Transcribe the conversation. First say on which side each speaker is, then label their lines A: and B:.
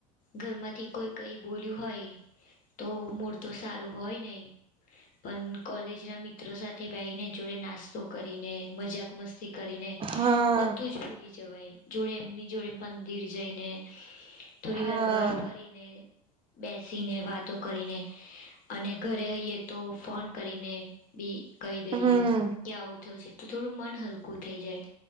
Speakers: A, on the left; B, on the right.
A: ઘરમાંથી કોઈ કઈ બોલ્યું હોય તો મૂળ તો સારું હોય નહીં. પણ કોલેજ ના મિત્રો સાથે ભાઈને જોડે નાસ્તો કરીને મજા મક મસ્તી કરીને
B: હા
A: બધું જ ભૂલી જવાય જોડે એમની જોડે મંદિર જઈને થોડી
B: હા
A: વાર બહાર ફરીને બેસીને વાતો કરીને અને ઘરે હઈએ તો ફોન કરીને. બી કહી દઈએ
B: હમ
A: કે આવું થયશે તો થોડું મન હલકું થઈ જાય.